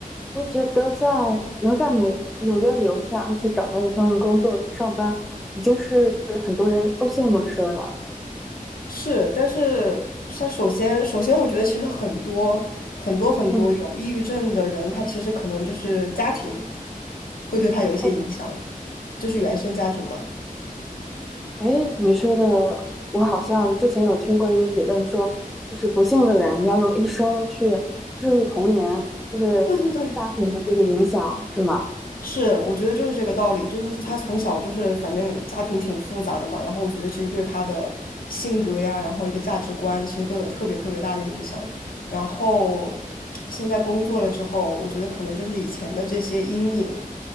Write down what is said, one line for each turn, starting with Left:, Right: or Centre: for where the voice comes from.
Centre: 我觉得在能在美纽约留下，而且找到一份工作去上班，已经是很多人都羡慕的事儿了。
Left: 是，但是他首先，首先我觉得其实很多很多很多有抑郁症的人，
Centre: 嗯，
Left: 他其实可能就是家庭会对他有一些影响，
Centre: 哦，
Left: 就是原生家庭嘛。
Centre: 诶，你说的，我好像之前有听过一个理论说，就是不幸的人要用一生去治愈童年，就是家庭的这个影响，
Left: 对对对，
Centre: 是吗？
Left: 是，我觉得就是这个道理，就是他从小就是反正家庭挺复杂的嘛，然后我觉得其实对他的性格呀，然后一个价值观，其实都有特别特别大的影响。然后 <tsk> 现在工作了之后，我觉得可能就是以前的这些阴影